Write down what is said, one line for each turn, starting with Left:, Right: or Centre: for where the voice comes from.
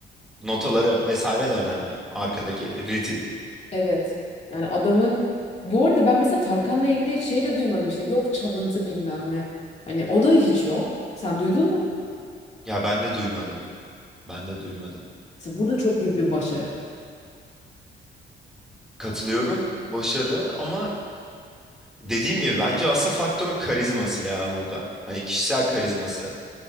Centre: notaları vesaire de önemli. Arkadaki ritim.
Left: Evet. Yani adamın bu arada ben mesela Tarkan'la ilgili hiç şey de duymadım işte yok çalıntı bilmem ne. Hani o da hiç yok. Sen duydun mu?
Centre: Ya ben de duymadım. Ben de duymadım.
Left: Mesela bu da çok büyük bir başarı.
Centre: Katılıyorum. Başarı ama Dediğim gibi bence asıl faktör karizması ya burada. Hani kişisel karizması.